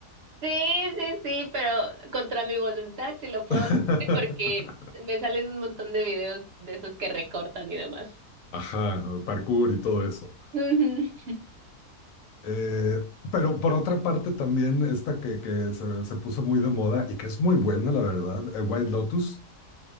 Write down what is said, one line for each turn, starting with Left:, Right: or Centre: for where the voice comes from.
Right: Sí, sí, sí, pero contra mi voluntad sí lo puedo
Left: <laughs>
Right: hacer porque me salen un montón de videos de esos que recortan y demás.
Left: Ajá, parkour y todo eso.
Right: Ujú.
Left: Eh, pero por otra parte también esta que, que se, se puso muy de moda y que es muy buena, la verdad, eh, White Lotus.